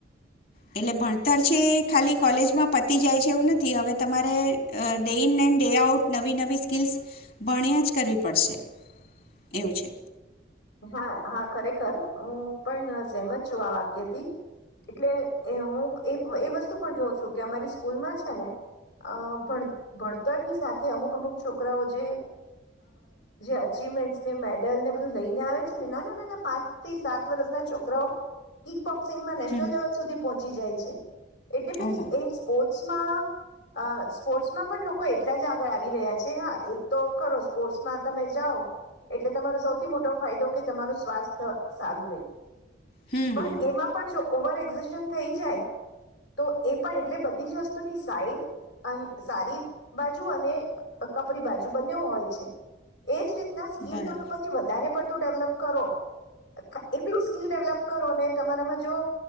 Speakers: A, on the left; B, on the left.
A: એટલે ભણતર છે ખાલી કોલેજમાં પતી જાય છે એવું નથી. હવે તમારે day in and day out નવી નવી સ્કિલ્સ ભણીયા જ કરવી પડશે એવું છે.
B: હા હા ખરેખર હું પણ સેમ જ છું આ વાક્યથી એટલે હું એ વસ્તુ પણ જોઉં છું કે અમારી સ્કૂલમાં છે ને અ ભણ ભણતરની સાથે અમુક અમુક છોકરાઓ જે જે અચીવમેન્ટસ મેડલને બધું લઈ આવે છે ને નાના નાના પાંચ થી સાત વર્ષ ના છોકરાઓ બોક્સિંગમાં શનલ
A: હમ
B: લેવલ સુધી પહોંચી જાય છે. <unintelligible>
A: ઓહો
B: સ્ર્ટમાં સ્પોર્ટ્સમાં પણ લોકો એટલા જ આગળ આવી રહ્યા છે હા એક તો ખરો સ્પોર્ટ્સમાં તમે જાઓ એટલે તમારો સૌથી મોટો ફાયદો કે તમારું સ્વાસ્થ્ય સારું રે.
A: હમ
B: પણ એમાં પણ જો ઓવર એક્ઝશન થઈ જાય, તો એ પણ એટલે બધી જ વસ્તુની સાઈડ સારી બાજુ, અને કપરી બાજુ બન્યો હોય છે, એજ રીતે. સ્કીલ,
A: બરાબર
B: તડું પછી વધારે. પતું ડેવલપ કરો એટલું સ્કીિલ ડેવલપ કરો ને તમારામાં જો